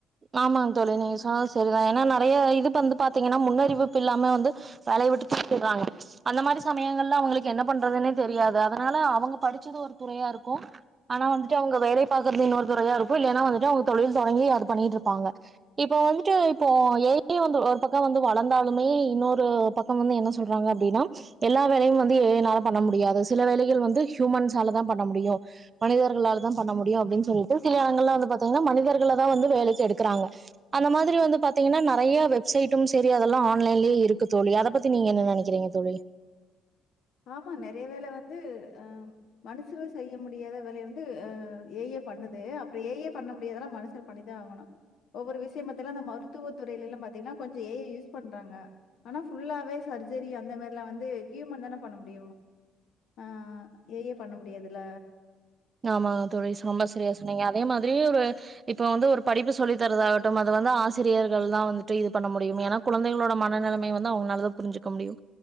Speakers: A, on the right (about 35°); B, on the left (about 55°).
A: ஆமாங் தோழி நீங்க சொன்னது செரிதா ஏன்னா நறைய இது பந்து பாத்தீங்கன்னா முன்னறிவிப்பு இல்லாம வந்து வேலை விட்டு தூக்கிறாங்க அந்த மாரி சமயங்கள்ல அவுங்களுக்கு என்ன பண்றதுன்னே தெரியாது அதனால அவுங்க படுச்சது ஒரு துறையா இருக்கு ஆனா வந்துட்டு அவுங்க வேலை பாக்குறது இன்னொரு துறையா இருக்கு இல்லைன்னா வந்துட்டு அவுங்க தொழில் தொடங்கி அது பண்ணிட்டு இருப்பாங்க இப்ப வந்துட்டு இப்போ ஏஐ வந்து ஒரு பக்கோ வந்து வளந்தாலுமே இன்னொரு பக்கம் வந்து என்ன சொல்றாங்க அப்டினா எல்லா வேலையும் வந்து ஏஐனால பண்ண முடியாது சில வேலைகள் வந்து ஹியூமன்ஸ் நாளதா பண்ண முடியு மனிதர்களாலதா பண்ண முடியு அப்டின் சொல்லிட்டு சில எடங்கள்ளா வந்து பார்த்தீங்கன்னா மனிதர்களதா வந்து வேலைக்கு எடுக்குறாங்க அந்த மாதிரி வந்து பாத்தீங்கன்னா நறைய வெப்சைட்டும் செரி அதெல்லா ஆன்லைன்லயே இருக்கு தோழி அத பத்தி நீங்க என்ன நெனைக்கிறீங்க தோழி
B: ஆமா நெறைய வேல வந்து ஆம் மனுஷர்கள் செய்ய முடியாத வேலைய வந்த ஏஐயே பண்ணுது அப்புறோ ஏஐயே பண்ண முடியாதெல்லா மனுஷர் பண்ணித்தா ஆகணு ஒவ்வொரு விஷயமத்தல அந்த மருத்துவத்துறைகல்லா பாத்தீங்கன்னா கொஞ்சோ ஏஐ யூஸ் பண்றாங்க ஆனா ஃபுல்லாவே சர்ஜரி அந்த மாரிலா வந்து ஹியூமன்தான பண்ண முடியு ஆ ஏஐயே பண்ண முடியாதுல
A: ஆமாங்க தோழி ரொம்ப சிரியா சொன்னீங்க அதே மாதிரி ஒரு இப்போ வந்து ஒரு படிப்பு சொல்லி தரதாகட்டும் அது வந்து ஆசிரியர்கள் தா வந்துட்டு இது பண்ண முடியும் ஏனா கொழந்தைகளோட மன நிலைமை வந்து அவுங்கனால் தா புரிஞ்சுக்க முடியு